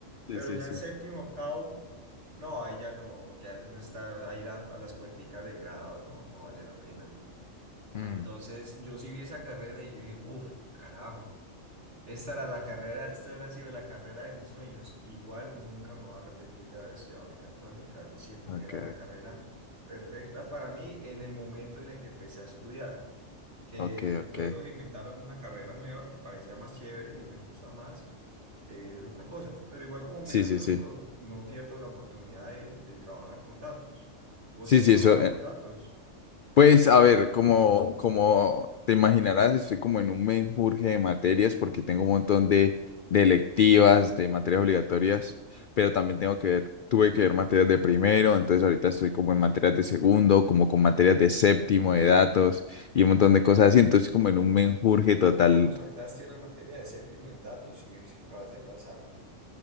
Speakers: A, on the left; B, on the right.
A: Sí,
B: Pero
A: sí,
B: ya
A: sí.
B: en séptimo, octavo, no, ahí ya no, ya no está ahí la- a las puerticas del grado, no, no vale la pena.
A: Mm,
B: Entonces yo sí vi esa carrera y yo dije, uff, carajo, esta era la carrera, esta hubiera sido la carrera de mis sueños. Igual nunca me voy a arrepentir de haber estudiado mecatrónica, siento
A: Ok,
B: que era la carrera perfecta para mí en el momento en el que empecé a estudiar que
A: ok, ok.
B: luego se inventaron una carrera nueva que parecía más chévere y me gusta más, eh, es otra cosa. Pero igual como mecatrónico
A: Sí, sí, sí.
B: no pierdo la oportunidad de, de trabajar con datos. Vos
A: Sí,
B: ya has
A: sí,
B: trabajado
A: eso. eh,
B: con datos.
A: Pues a ver, como, como te imaginarás, estoy como en un menjurje de materias porque tengo un montón de, de electivas, de materias obligatorias, pero también tengo que ver, tuve que ver materias de primero, entonces ahorita estoy como en materias de segundo, como con materias de séptimo, de datos y un montón de cosas así, entonces como en un menjurje total
B: ¿Cómo saltaste una materia de séptimo en datos y si acabas de pasarte?